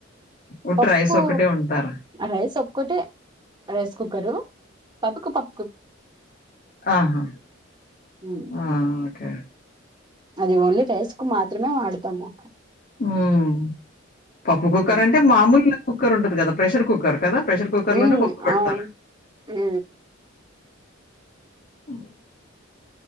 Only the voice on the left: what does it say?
ఉట్టి
రైస్ ఒక్కటే వండుతారా?
ఆహా
ఆ ఓకే
హ్మ్. పప్పు కుక్కర
అంటే మామూలు కుక్కర్ ఉంటుంది కదా ప్రెష్ కుక్కర్ కదా! ప్రెషర్ కుక్కర్‌లోనే
పప్పు పెడతారు.
అఓ